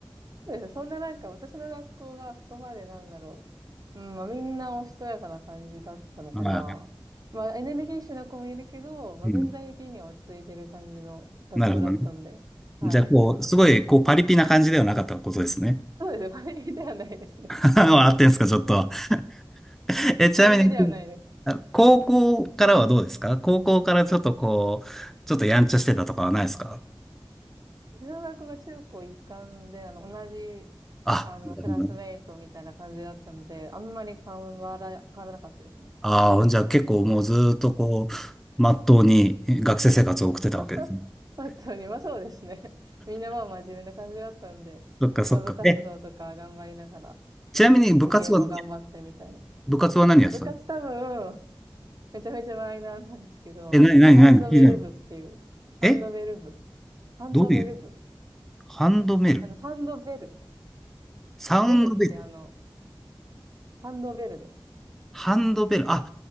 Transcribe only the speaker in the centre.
は
い。うん。なるほどね。
じゃあ、こう、すごい、こう、パリピな感じではなかったことですね。
<laughs> 笑ってんすか、ちょっと。<laughs> え、ちなみに、
あ高校からはどうですか高校からちょっとこう、ちょっとやんちゃしてたとかはないですか
あ、
なるほどね
ああ、じゃあ結構もうずーっとこう、まっとうに学生生活を送ってたわけですね。
そっかそっか。
え、ちなみに部活は、
部活は何やってたの
え、何、何、
何、聞いてない
え、
どういうハンドベル
サウンドベル
ハンドベルあ、